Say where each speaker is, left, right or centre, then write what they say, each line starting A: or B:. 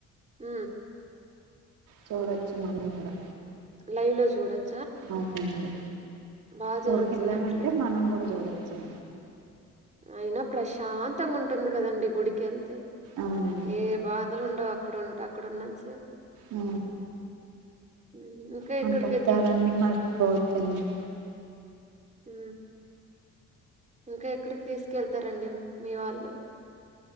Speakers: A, on the right; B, on the right.
A: ఆ
B: చూడొచ్చు మనం కూడా కూడా
A: లైవ్ లో చూడొచ్చా
B: అవునండి
A: బాగా
B: ఫోర్కి
A: జరుగుతున్నట్లయితే
B: వెళ్ళామంటే మనం కూడా చూడ చె
A: అయినా ప్రశాంతంగా ఉంటుంది కదండడి గుడికి వెళ్తే
B: అవునండి
A: ఏ బాధలు ఉండవు అక్కడ ఉంటే అక్కడ ఉన్నాని సేపు
B: అ
A: మ్మ్ ఇంకా
B: మన
A: ఎక్కడికి
B: కష్టాలన్నీ మర్చిపోవచ్చు
A: హ ఇంకా ఎక్కడికి తీసుకెళ్తారండి మీ వాళ్ళు